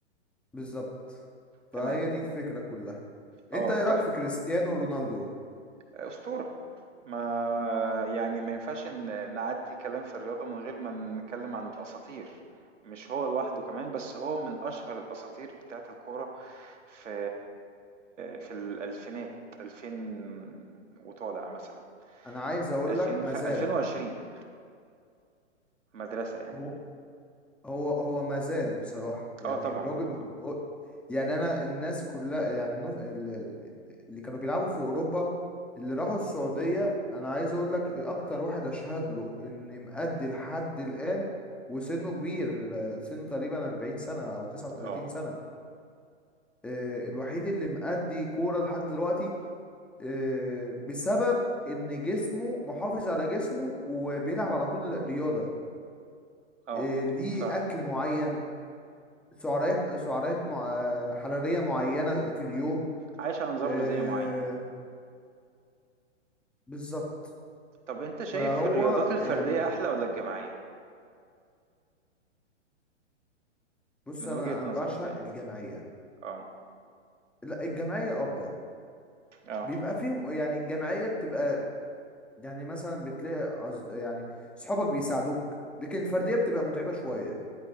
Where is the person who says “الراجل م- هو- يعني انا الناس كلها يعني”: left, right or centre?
Centre